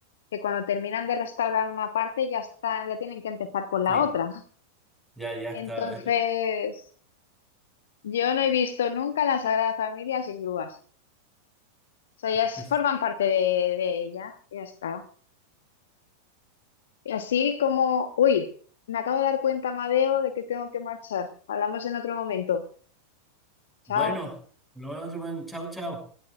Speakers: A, on the left; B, in the centre.
A: que cuando terminan de restaurar una parte ya está, ya tienen que empezar con
B: sí,
A: la otra.
B: ya, ya
A: Entonces,
B: está.
A: yo no he visto nunca la Sagrada Familia sin grúas. O sea, ellas
B: <laughs>
A: forman parte de, de ella, ya está. Y así como, uy, me acabo de dar cuenta, Madeo, de que tengo que marchar. Hablamos en otro momento. Chao.
B: Bueno, nos vemos en otro momento. Chao, chao.